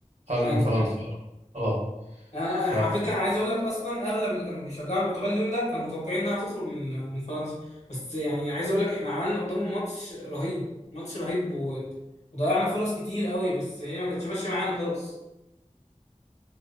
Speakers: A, on the right (about 65°); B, on the left (about 65°).
A: خرجوا
B: فرنسا
A: من فرنسا اه آه.
B: آه،
A: ف
B: على فكره انا عايز اقول لك اصلا اغلب اللي كانوا بيشجعوا البرتغال اليوم ده كانوا متوقعين انها تخرج من من فرنسا بس يعني عايز اقول لك احنا عملنا قدامهم ماتش رهيب ماتش رهيب و- وضيعنا فرص كتير قوي بس هي ما كانتش ماشيه معانا خالص